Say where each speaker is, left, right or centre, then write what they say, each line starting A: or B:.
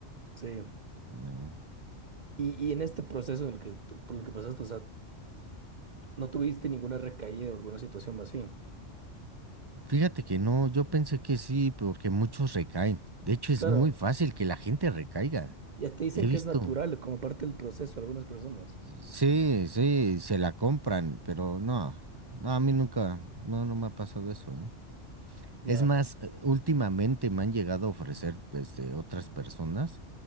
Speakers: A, on the right; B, on the right.
A: Sí.
B: No.
A: Y, y en este proceso en el que, por el que pasaste, o sea, no tuviste ninguna recaída o alguna situación así.
B: Fíjate que no, yo pensé que sí, porque muchos recaen. De hecho,
A: Claro.
B: es muy fácil que la gente recaiga.
A: Ya te dicen
B: He
A: que
B: visto.
A: es natural como parte del proceso algunas personas.
B: Sí, sí, se la compran, pero no, no, a mí nunca, no, no me ha pasado eso, ¿eh?
A: Ya.
B: Es más, eh, últimamente me han llegado a ofrecer este, otras personas